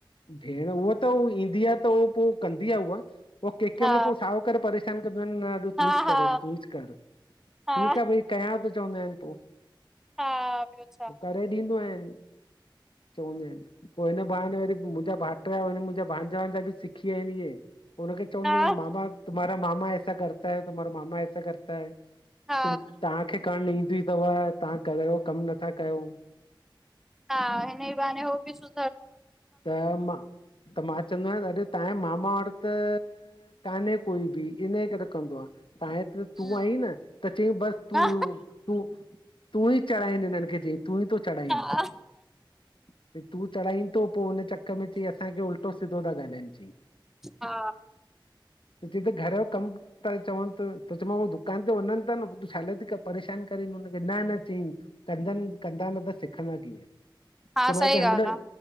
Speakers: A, on the left (about 80°); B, in the centre.
A: भेण हूहा त ईंदी आहे त उ पोइ कंदी आहे उहा। उ के केम
B: हा
A: प पोइ साहकारी प न एॾो
B: हा
A: तूच
B: हा
A: कर ॾ तूच कर
B: हा
A: ठीकु आहे भई कयां त चवंदा आहिनि पो
B: हा ॿियो छा
A: करे ॾींदो आहिनि। चवंदी आहिनि पोइ हिन बहाने वरी मुंहिंजा भाइट हुन मुंहिंजा बांजा भांजा बि सिखीिया आहिनि इहे। हुननखे चऊूंंद
B: हा
A: न मामा तुम्हार मामा सा करतै तुमारा मामा ऐसा करतै।
B: हा
A: त तव्हांखे करण ईंदी अथव तव्हां कहिड़ो कम नथा कयो।
B: हा हिन न ई ब हो बि सु
A: त मां त मां चवंदो आहिन तव्हांजे मामा वर त कान्हे कोई बि इनजे करे कंदो आ। त आहे त
B: हम्म,
A: तूं आई न त चई बस तूं
B: हा
A: तूं तूं ई चढ़ाईनि हिननि खे चई तूं ई थो चढ़ाईनि।
B: हा
A: तू चढ़ाईं थो पोइ हुनन चक में चयईं, असांखे उल्टो सिधो था ॻाल्हाइनि चयईं।
B: हा।
A: त जिते घर जो कमु था चवनि त त चां दुकान ते वञनि था न तूं छाले ती परेशान करे? न न चईं, कंदनि कंदा न त सिखंदा कीअं।
B: हा
A: चयोमांसि
B: सई
A: त
B: कवाल।
A: हिनमहिल